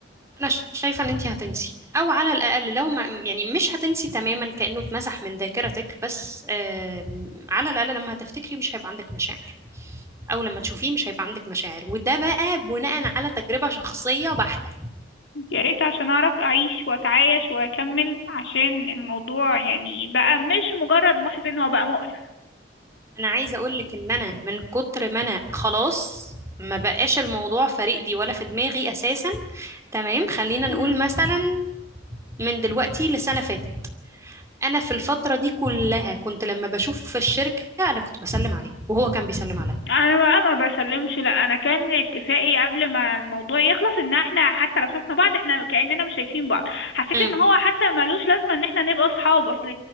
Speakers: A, on the right; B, on the left.
A: انا ش- شايفة ان انت هتنسي او على الاقل لو ما يعني مش هتنسي تماما كأنه اتمسح من ذاكرتك بس آم، على الاقل لما هتفتكري مش هيبقى عندك مشاعر اول لما تشوفيه مش هيبقى عندك مشاعر وده بقى بناء على تجربة شخصية بحتة
B: يا ريت عشان اعرف اعيش واتعايش واكمل عشان الموضوع يعني بقى مش مجرد محزن هو بقى مقرف
A: انا عايزة اقول لك ان انا من كتر ما انا خلاص ما بقاش الموضوع فارق لي ولا في دماغي اساسا تمام خلينا نقول
B: مهم.
A: مثلا من دلوقتي لسنة فاتت انا في الفترة دي كلها كنت لما بشوفه في الشركة انا كنت بسلم عليه وهو كان بيسلم عليا
B: انا بقى ما بسلمش لا انا كان اتفاقي قبل ما الموضوع يخلص ان احنا حتى لو شفنا بعض احنا كأننا مش شايفين بعض حسيت
A: امم
B: ان هو حتى ملوش لازمه ان احنا نبقى اصحاب اصل